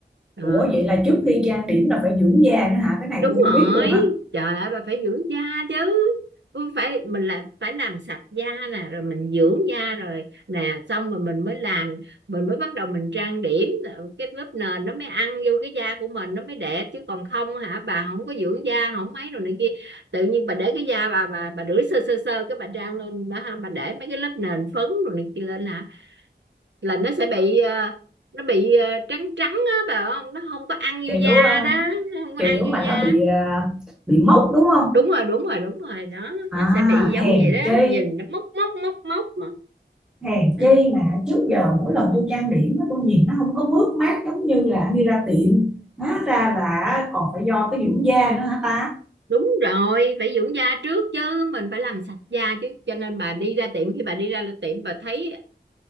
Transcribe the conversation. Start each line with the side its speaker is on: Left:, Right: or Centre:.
Right: Ờ
Centre: Ủa vậy là trước khi trang điểm là phải dưỡng da nữa hả? Cái này
Right: đúng
Centre: tôi không
Right: rồi
Centre: biết luôn á.
Right: trời ơi bà phải dưỡng da chứ Cũng phải mình là phải làm sạch da nè rồi mình dưỡng da rồi nè xong rồi mình mới làm mình mới bắt đầu mình trang điểm cái lớp nền nó mới ăn vô cái da của mình nó mới đẹp chứ còn không hả bà không có dưỡng da không mấy rồi này kia tự nhiên bà để cái da bà bà bà rửa sơ sơ sơ cái bà trang lên đó ha bà để mấy cái lớp nền phấn rồi này kia lên hả là nó sẽ bị ờ, nó bị ờ, trắng trắng á bà không nó không có ăn
Centre: Kiểu
Right: vô da
Centre: ờ,
Right: đó nó không có
Centre: kiểu
Right: ăn vô
Centre: mà
Right: da
Centre: nó bị ờ, bị mốc đúng không?
Right: đúng rồi đúng rồi đúng rồi đó nó
Centre: À
Right: sẽ bị giống
Centre: hèn
Right: vậy đó
Centre: chi,
Right: nhìn nó mốc mốc mốc mốc mà
Centre: hèn
Right: à,
Centre: chi mà trước giờ mỗi lần tôi trang điểm á, tôi nhìn nó không có mướt mát giống như là đi ra tiệm. Hóa ra là còn phải do cái dưỡng da nữa hả ta?
Right: đúng rồi phải dưỡng da trước chứ mình phải làm sạch da chứ cho nên bà đi ra tiệm khi bà đi ra tiệm bà thấy